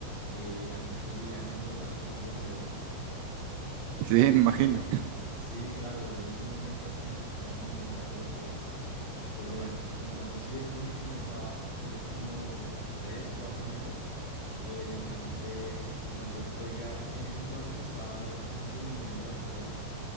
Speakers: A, on the left (about 30°); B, on the right (about 80°).
A: eh, la gente lidiar con borrachos es lo peor,
B: Sí, me
A: porque
B: imagino.
A: sí, claro, hubo un momento hasta en que casi me intentaron golpear. Pero bueno, entonces sí, ese fue mi primer trabajo. Duré como tres, cuatro meses. Pero entonces, como yo estoy ya, en ese entonces estaba ya casi que iniciando la carrera,